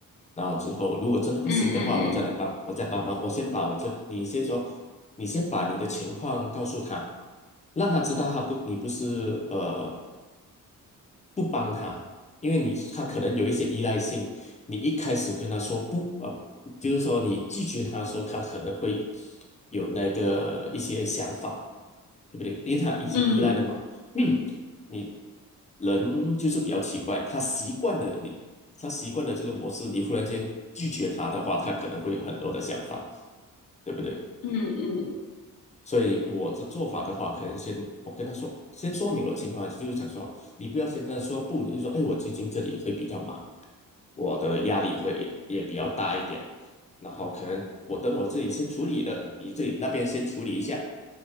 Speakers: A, on the left; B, on the left.
A: 然后之后如果真的不行的话，
B: 嗯嗯
A: 我再来帮，我再帮忙，我先把我这，你先说，你先把你的情况告诉他。让他知道他不，你不是呃不帮他，因为你他可能有一些依赖性，你一开始跟他说不啊，呃就是说你拒绝他的时候，他可能会有那个一些想法，对不对？因为他已经依赖了嘛。
B: 嗯嗯
A: 嗯，你人就是比较奇怪，他习惯了你，他习惯了这个模式，你忽然间拒绝他的话，他可能会有很多的想法，对不对？
B: 嗯嗯
A: 所以我的做法的话，可能先我跟他说，先说明我的情况，就是想说，你不要先跟他说不，你就说，哎，我最近这里会比较忙，我的压力会也比较大一点，然后可能我等我自己先处理了，你自己那边先处理一下，